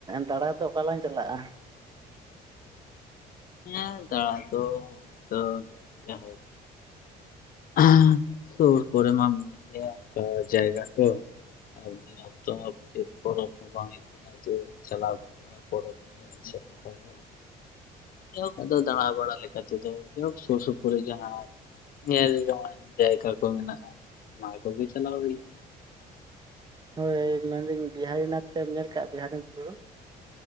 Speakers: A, on the right; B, on the left.
A: ᱫᱟᱬᱟ ᱫᱚ ᱚᱠᱟ ᱨᱮᱞᱟᱝ ᱪᱟᱞᱟᱜᱼᱟ?
B: ᱦᱮᱸ ᱫᱟᱬᱟ ᱫᱚ ᱦᱚᱜ-ᱚᱭ ᱛᱳ ᱡᱟᱦᱳᱠ ᱾ <unintelligible> ᱥᱩᱨ ᱠᱚᱨᱮ ᱢᱟ ᱢᱮᱱᱟᱜ ᱜᱮᱭᱟ ᱚᱱᱠᱟ ᱡᱟᱭᱜᱟ ᱠᱚ ᱾ ᱟᱨ ᱱᱤᱭᱟᱹ ᱚᱠᱛᱚ ᱢᱟ ᱪᱮᱫ ᱯᱚᱨᱚᱵᱽ ᱦᱚᱸ ᱵᱟᱝ ᱦᱩᱭᱩᱜ ᱠᱟᱱᱟ ᱡᱮ ᱪᱟᱞᱟᱣ ᱦᱩᱭᱩᱜ-ᱟ ᱯᱚᱨᱚᱵᱽ ᱧᱮ ᱧᱮᱞ ᱥᱮ ᱯᱟᱛᱟ ᱧᱮᱞ ᱾ ᱡᱟᱭᱦᱳᱠ ᱟᱫᱚ ᱫᱟᱬᱟ ᱵᱟᱲᱟᱟ ᱞᱮᱠᱟ ᱛᱮᱫᱚ ᱡᱟᱭ ᱦᱳᱠ ᱥᱩᱨ ᱥᱩᱯᱩᱨ ᱨᱮ ᱡᱟᱦᱟᱸ ᱧᱮᱞ ᱡᱚᱝᱟᱱ ᱡᱟᱭᱜᱟ ᱠᱚ ᱢᱮᱱᱟᱜᱼᱟ ᱚᱱᱟ ᱠᱚᱜᱮ ᱪᱟᱞᱟᱣ ᱦᱩᱭᱩᱜ
A: ᱦᱳᱭ ᱢᱮᱱᱫᱟᱹᱧ ᱵᱤᱦᱟᱨᱤᱱᱟᱛᱷ ᱮᱢ ᱧᱮᱞ ᱠᱟᱜᱼᱟ, ᱵᱤᱦᱟᱨᱤᱱᱟᱛᱷ ᱵᱩᱨᱩ?